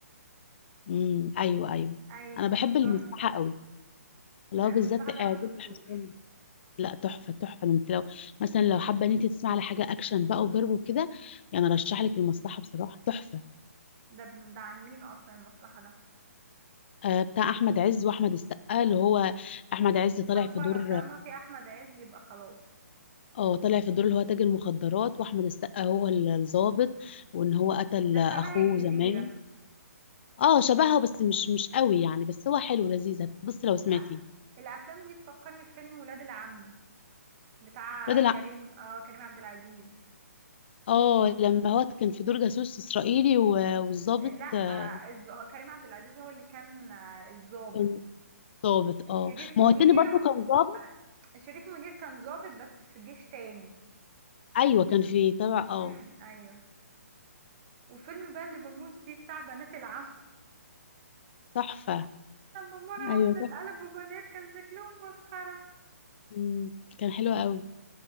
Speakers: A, on the left; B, on the right.
A: امم ايوه ايوه
B: ايوه
A: انا
B: كان
A: بحب
B: تحفة
A: المصلحه قوي اللي
B: لا
A: هو بالذات
B: المصلحة ده انا
A: عادل
B: ما شفتوش
A: الحصان لا تحفه تحفه انت لو مثلا لو حابه ان انت تسمعي على حاجه اكشن بقى وضرب وكده يعني ارشح لك المصلحه بصراحه تحفه
B: ده ده عن مين اصلا المصلحة ده
A: آه بتاع احمد عز واحمد السقا اللي هو احمد عز طالع
B: هتفرج
A: في دور
B: طالما في احمد عز يبقى خلاص
A: اه طالع في دور اللي هو تاجر المخدرات واحمد السقا هو ال- الضابط وان هو قتل
B: ده
A: اخوه
B: شبه الجزيرة
A: زمان اه شبهها بس مش مش قوي يعني بس هو حلو لذيذ بص لو سمعتيه
B: أ- الافلام دي تفكرني بفيلم ولاد العم بتاع
A: بدل
B: كريم
A: لا
B: اه كريم عبد العزيز
A: اه لما هو كان في دور جاسوس اسرائيلي و- والضابط
B: لا
A: آه،
B: آه، الز- كريم عبد العزيز هو اللي كان آه، الضابط
A: كان ضابط اه
B: شريف
A: ما
B: منير
A: هو التاني برضه
B: هم
A: كان ضابط
B: ما شريف منير كان ضابط بس في جيش تاني
A: ايوه كان في تبع
B: امم
A: اه
B: ايوه وفيلم بقى اللي بموت فيه بتاع بنات العم
A: تحفه
B: <laughs> لما مرة
A: ايوه
B: واحدة
A: تحفه
B: اتقلبوا بنات كان شكلهم مسخرة
A: مم، كان حلو قوي